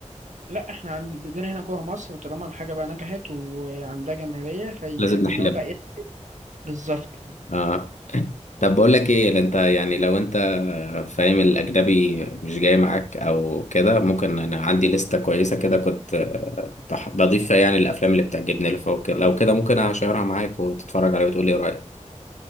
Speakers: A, on the right; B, on the left.
A: لا احنا عندنا هنا جوه مصر طالما الحاجه بقى نجحت وعندها جماهيريه فيحب
B: لازم نحلبها
A: ان هو بقى ايه بالظبط
B: آه. طب بقول لك ايه لا انت يعني لو انت فاهم الاجنبي مش جاي معاك او كده ممكن انا عندي لستة كويسة كده كنت بح- بضيف فيها يعني الافلام اللي بتعجبني اللي فوق كده. لو كده ممكن اشيرها معاك وتتفرج عليها وتقول لي رايك